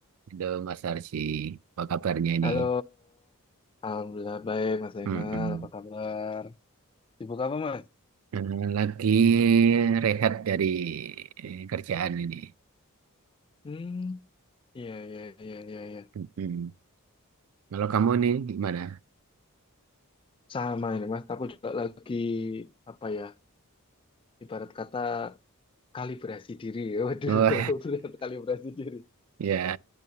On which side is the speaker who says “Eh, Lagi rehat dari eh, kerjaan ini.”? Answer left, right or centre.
Right